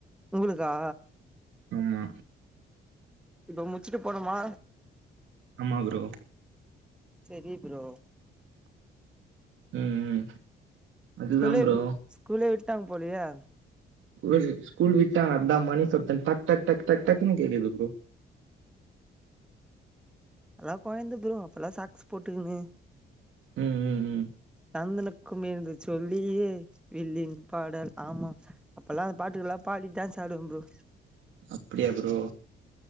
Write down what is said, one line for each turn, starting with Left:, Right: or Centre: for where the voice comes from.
Centre: உங்களுக்கா
Right: ஆமா
Centre: இப்ப முச்சிட்டு போனுமா
Right: ஆமா ப்ரோ
Centre: செரி ப்ரோ
Right: ம் ம் அதுதான்
Centre: ஸ்கூலே
Right: ப்ரோ
Centre: ஸ்கூலே ட்டாங் போலியே
Right: <unintelligible> ஸ்கூல் விட்டாங்க அதா மணி சத்தோ டக் டக் டக் டக் டக்னு கேக்குது ப்ரோ
Centre: அதா கொழந்த ப்ரோ அப்பல்லா சாக்ஸ் போட்டுக்குனு
Right: ம் ம் ம்
Centre: தந்தனுக்கும் என்று சொல்லியே வில்லின் பாடல் ஆமா அப்பெல்லா அந்த பாட்டுக்லா பாடி டான்ஸ் ஆடுவம் ப்ரோ
Right: அப்படியா ப்ரோ